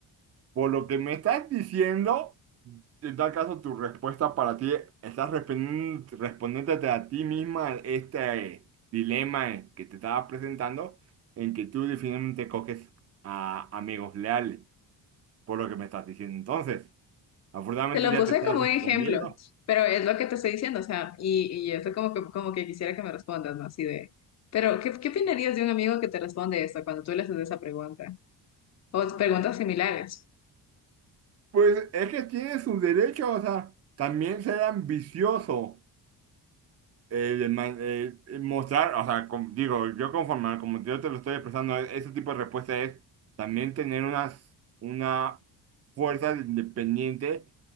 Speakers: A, on the right; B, on the left.
A: Por lo que me estás diciendo, en tal caso tu respuesta para ti, estás respen- respondiéndote a ti misma este dilema eh, que te estaba presentando, en que tú definitivamente coges a amigos leales, por lo que me estás diciendo. Entonces, afortunadamente
B: Te lo
A: ya
B: puse
A: te estás
B: como
A: respondiendo.
B: un ejemplo, pero es lo que te estoy diciendo, o sea, y, y esto como que, como que quisiera que me respondas, ¿no? Así de, pero ¿qué, qué opinarías de un amigo que te responde esto cuando tú le haces esa pregunta? O preguntas similares.
A: Pues es que tiene sus derechos, o sea, también ser ambicioso. eh, de ma- eh, eh, mostrar, o sea, com- digo, yo conforme, como yo te lo estoy expresando, e- ese tipo de respuesta es también tener unas, una fuerza independiente